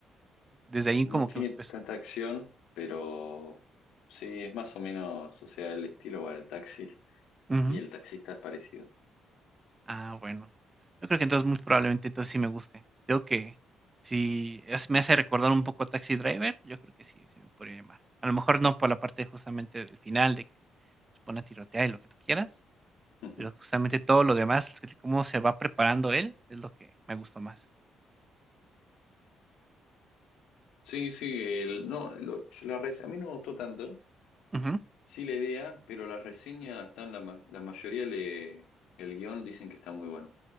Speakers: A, on the right; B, on the left.
A: Desde ahí
B: No
A: como
B: tiene
A: que me empezó.
B: tanta acción, pero sí, es más o menos, o sea, el estilo va del taxi
A: Ujú.
B: y el taxista es parecido.
A: Ah, bueno. Yo creo que entonces muy probablemente entonces sí me guste. Creo que si es- me hace recordar un poco a Taxi Driver, yo creo que sí, sí me podría llamar. A lo mejor no por la parte justamente del final, de que se pone a tirotear y lo que tú quieras,
B: Ujú.
A: pero justamente todo lo demás, el cómo se va preparando él, es lo que me gustó más.
B: Sí, sí, el, no, lo- yo la res- a mí no me gustó tanto,
A: Ujú,
B: sí la idea, pero las reseñas están, la, ma- la mayoría le, el guión dicen que está muy bueno.